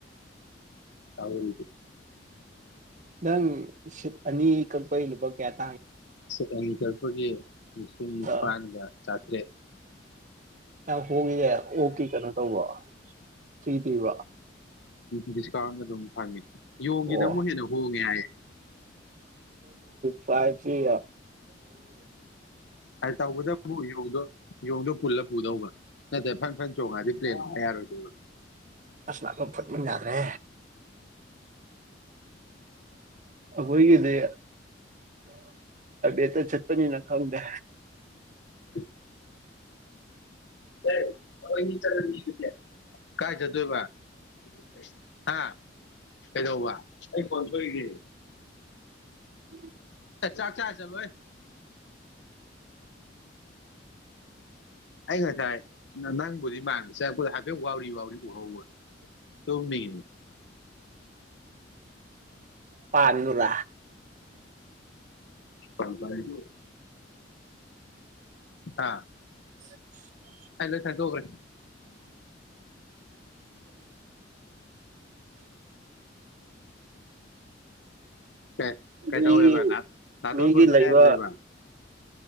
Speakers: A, on the left (about 70°); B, on the right (about 45°).
A: ꯁ <unintelligible>
B: ꯅꯪ ꯔꯤꯁꯤꯞ ꯑꯅꯤ ꯀꯛꯄꯩ ꯂꯨꯄꯥ ꯀꯥꯌꯥꯅꯣ
A: ꯀꯃꯤ ꯀꯄꯒꯤ ꯁꯤꯡꯄꯥꯥꯂꯒ
B: ꯑ
A: ꯆꯇ꯭ꯔꯦ
B: ꯍꯒꯗꯦ ꯑꯣ ꯀ ꯀꯩꯅꯣ ꯇꯧꯕ ꯁꯤ ꯀ ꯋꯥ
A: ꯎꯝꯁꯤ ꯀ ꯑꯗꯨ ꯊꯥ ꯌꯣꯡꯒꯤꯗ
B: ꯑꯣ
A: ꯑꯃꯨꯛ ꯍꯦꯟꯅ ꯍꯣꯡꯉꯦ ꯍꯥꯏꯌꯦꯦ
B: ꯐꯥꯏꯇꯔꯤ
A: ꯑ ꯇꯥꯎꯕꯗ ꯌꯗꯣ ꯌꯦꯣꯡꯗꯣ ꯄꯨꯜꯂ ꯄꯨꯗꯧꯕ ꯅꯠꯇꯦ ꯐꯟ ꯐꯟ ꯆꯣꯡꯉꯛꯑꯗꯤ ꯄ꯭ꯔꯦꯟ ꯌꯥꯔꯣꯏꯗꯣꯏꯕ
B: ꯑꯁ ꯂꯥꯛ ꯐꯠꯃꯤꯟꯅ ꯌꯥꯗ꯭ꯔꯦ ꯑꯣꯏꯣꯏꯒꯗꯦ ꯦꯇ ꯆꯄꯅꯤ ꯅ ꯈꯥꯗꯦ
A: <unintelligible> ꯐ ꯍꯦ <unintelligible> ꯀꯥꯏ ꯆꯠꯇꯣꯏꯕ ꯎ ꯍꯥ ꯀꯩꯗꯕ ꯑꯩ ꯀꯟꯊꯔꯤꯒꯦ
B: ꯎꯝ
A: ꯑ ꯆꯥꯆꯥꯥ ꯆꯂꯣ ꯑꯩ ꯉꯁꯥꯏ ꯅꯪꯕꯨꯗꯤ ꯃꯥꯟꯕ ꯆꯪꯉꯛꯄꯗ ꯍꯥꯏꯐꯦꯠ ꯋꯥꯎꯔꯤ ꯋꯥꯎꯔꯤ ꯎꯍꯧ ꯇꯨꯝꯅꯤꯡꯉꯤꯅꯦ
B: ꯄꯥꯨꯔꯥ
A: ꯄꯪꯔꯣ ꯑꯥ
B: <unintelligible>
A: ꯐꯥꯏꯂ ꯊꯥꯏꯗꯕꯔ ꯀꯩ ꯀꯩ
B: ꯃꯤꯒꯤ
A: ꯇꯧꯕꯦꯕ ꯅꯅꯥꯇꯣꯟ
B: ꯃꯤꯒꯤ
A: ꯐꯣꯏꯕꯦ
B: ꯂꯩꯕ
A: ꯍꯥꯏꯕ